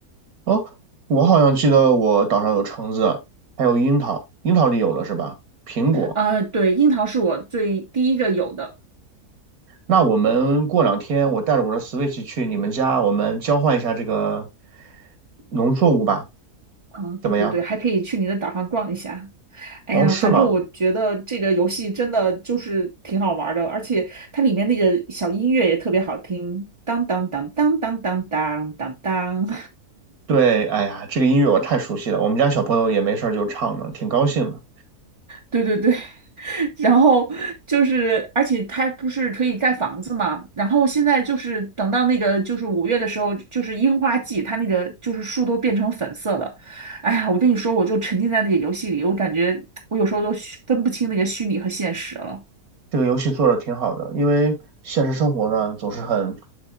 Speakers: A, on the right (about 65°); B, on the right (about 30°).
A: 哦，我好像记得我岛上有橙子，还有樱桃，樱桃你有了是吧？苹果。
B: 呃，对，樱桃是我最第一个有的。
A: 那我们过两天我带着我的 Switch 去你们家，我们交换一下这个农作物吧，
B: 嗯，
A: 怎么样？
B: 对对对，还可以去你的岛上逛一下。哎呀，
A: 哦，是吗？
B: 反正我觉得这个游戏真的就是挺好玩儿的，而且它里面那个小音乐也特别好听，当当当当当当当当当。
A: 对，哎呀，这个音乐我太熟悉了，我们家小朋友也没事儿就唱呢，挺高兴的。
B: 对对对，<laughs> 然后就是，而且它不是可以盖房子嘛？然后现在就是等到那个就是五月的时候，就是樱花季，它那个就是树都变成粉色的。哎呀，我跟你说，我就沉浸在那个游戏里，我感觉我有时候都虚分不清那个虚拟和现实了。
A: 这个游戏做的挺好的，因为现实生活呢总是很